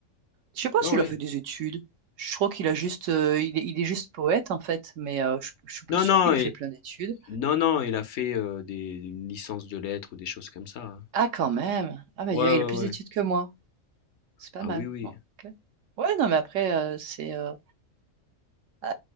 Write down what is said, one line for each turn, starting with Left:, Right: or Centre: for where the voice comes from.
Right: Je sais pas
Left: Ouais,
Right: s'il
Left: ouais.
Right: a fait des études. Je crois qu'il a juste, euh, il est, il est juste poète en fait, mais euh, je, je suis pas
Left: Non,
Right: sûre
Left: non,
Right: qu'il ait
Left: et...
Right: fait plein d'études.
Left: non, non, il a fait euh, des... une licence de lettres ou des choses comme ça. hein.
Right: Ah, quand même. Ah, mais
Left: Ouais, ouais,
Right: il a plus d'études
Left: ouais.
Right: que moi. C'est pas
Left: Ah
Right: mal.
Left: oui, oui.
Right: Non, ok. Ouais, non, mais après, euh, c'est. euh, euh,